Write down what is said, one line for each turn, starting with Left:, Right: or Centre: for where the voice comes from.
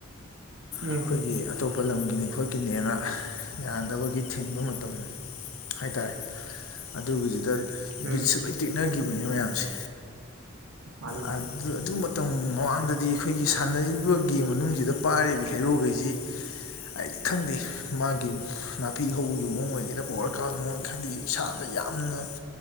Right: ꯎꯝ
Left: ꯑꯩꯈꯣꯏꯒꯤ ꯑꯇꯣꯞꯄꯥ ꯂꯝꯒꯤꯅꯤ ꯈꯣꯠꯈꯤꯅꯦꯅ ꯌꯥꯗꯕꯒꯤ ꯊꯤꯡꯕ ꯃꯇꯝ ꯍꯥꯏꯇꯥꯔꯦ ꯑꯗꯨꯒꯤꯗꯨꯗ ꯕꯤꯠꯁꯨ
Right: ꯎꯝ
Left: ꯂꯣꯏ ꯇꯦꯛꯅꯒꯤꯕꯅꯦ ꯃꯌꯥꯝꯁꯦ
Right: ꯍ
Left: ꯑꯥ ꯑꯗꯨ ꯃꯇꯝ ꯃꯃꯥꯡꯗꯗꯤ ꯑꯩꯈꯣꯏꯒꯤ ꯁꯥꯟꯅꯔꯤꯕ ꯒꯦꯝ ꯃꯅꯨꯡꯁꯤꯗ ꯄꯥꯏꯔꯤꯕ ꯍꯦꯔꯣ ꯒꯩꯁꯤ꯫ ꯍꯥꯏꯗꯤ ꯈꯪꯗꯦ ꯃꯥꯒꯤ ꯅꯥꯄꯤ ꯍꯧꯕꯒꯤ ꯃꯑꯣꯡꯕꯨ ꯑꯣꯏꯒꯦꯔꯥ꯫ ꯄꯥꯋꯔ ꯀꯥꯞꯄꯩ ꯃꯣꯟ ꯈꯗꯤ ꯏꯁꯥꯗ ꯌꯥꯝꯅ